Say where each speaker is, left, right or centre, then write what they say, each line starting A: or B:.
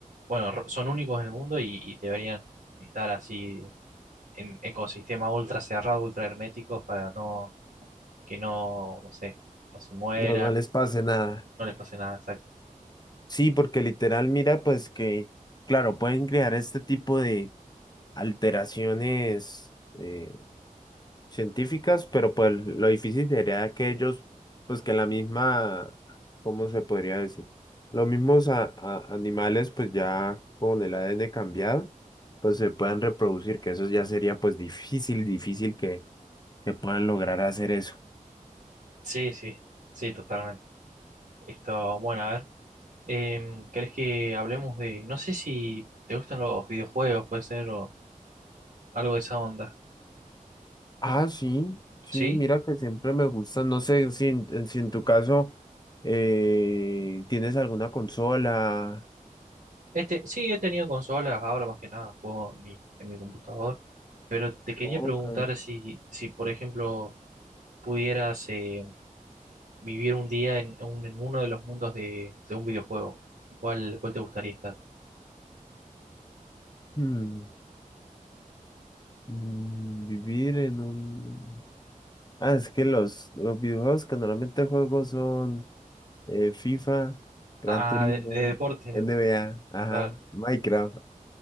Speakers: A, on the right (about 85°); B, on the left (about 30°).
A: bueno, r- son únicos en el mundo y, y deberían estar así en ecosistemas ultra cerrados, ultra herméticos para no que no, no sé, no se mueran,
B: No, no les pase nada.
A: no les pase nada. exacto.
B: Sí, porque literal, mira, pues que, claro, pueden crear este tipo de alteraciones. eh, científicas, pero pues lo difícil sería que ellos, pues que la misma, ¿cómo se podría decir? Los mismos a- a- animales, pues ya con el ADN cambiado, pues se puedan reproducir, que eso ya sería pues difícil, difícil que, que puedan lograr hacer eso.
A: Sí, sí, sí, totalmente. Esto, bueno, a ver, em, ¿querés que hablemos de, no sé si te gustan los videojuegos, puede ser, o algo de esa onda?
B: Ah, sí, sí,
A: ¿Sí?
B: mira que siempre me gusta, no sé si en, en- si en tu caso eh, tienes alguna consola.
A: Este, sí, he tenido consolas, ahora más que nada juego en mi, en mi computador, pero te quería
B: Ok.
A: preguntar si, si por ejemplo, pudieras eh, vivir un día en, un- en uno de los mundos de, de un videojuego, ¿cuál, cuál te gustaría estar?
B: Hmm, mm, Vivir en un Ah, es que los, los videojuegos que normalmente juego son eh, FIFA, Gran
A: Ah,
B: Turismo,
A: de, de deportes,
B: NBA, ajá,
A: claro.
B: Minecraft.